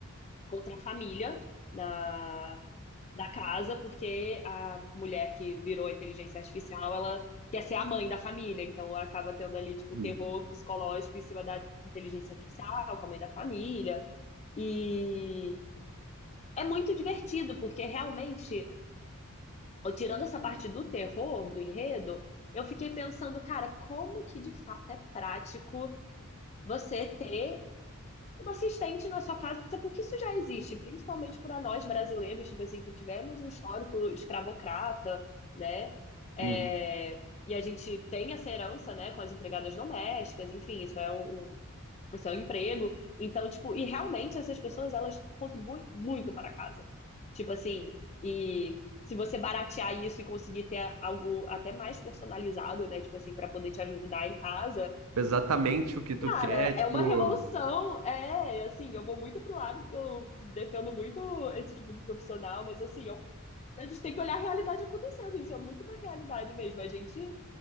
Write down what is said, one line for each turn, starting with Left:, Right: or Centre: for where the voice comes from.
Left: contra a família na, da casa, porque a mulher que virou a inteligência artificial, ela quer ser a mãe da família, então acaba tendo ali, tipo,
Right: uhum,
Left: terror psicológico em cima da inteligência artificial, com a mãe da família. E é muito divertido, porque realmente, ó, tirando essa parte do terror, do enredo, eu fiquei pensando, cara, como que de fato é prático você ter uma assistente na sua casa, porque isso já existe, principalmente para nós brasileiros, tipo assim, que tivemos um histórico escravocrata, né? É,
Right: uhum.
Left: E a gente tem essa herança, né, com as empregadas domésticas, enfim, isso é um o seu emprego. Então, tipo, e realmente essas pessoas, elas contribuem muito para a casa. Tipo assim, e se você baratear isso e conseguir ter algo até mais personalizado, né, tipo assim, para poder te ajudar em casa,
Right: Exatamente o que tu
Left: cara,
Right: quer, tipo.
Left: é uma revolução. É, assim, eu vou muito pro lado porque eu defendo muito esse tipo de profissional, mas assim, eu a gente tem que olhar a realidade acontecendo, isso é muito uma realidade mesmo. A gente